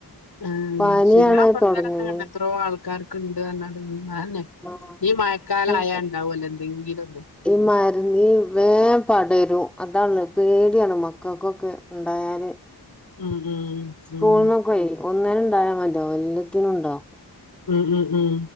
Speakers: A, on the left; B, in the centre.
A: ആഹ്
B: പനിയാണ്
A: ശരി ഞാൻപ്പ
B: അത്ന്
A: ഇന്നലെ
B: തൊടങ്ങ്ണെ
A: ഇങ്ങനെ കണ്ട് എത്രോ ആൾക്കാർക്ക് ഇണ്ട് പർഞ്ഞാട്ട് ഉം അതന്നെ
B: ആഹ്
A: ഈ മഴക്കാലായാ
B: ഉം.
A: ഇണ്ടാവൊല്ലോ എന്തെങ്കിലൊന്ന്
B: ഈ മരുന്ന് ഈ വേം പടരും അതാണ് പേടിയാണ് മക്കക്കൊക്കെ ഇണ്ടായാല്
A: ഉം ഉം
B: സ്കൂൾന്നൊക്കെ
A: ഉം
B: ഒന്നിന് ഇണ്ടായ മരിയാവും എല്ലാത്തിനും ഇണ്ടാവും
A: ഉം ഉം ഉം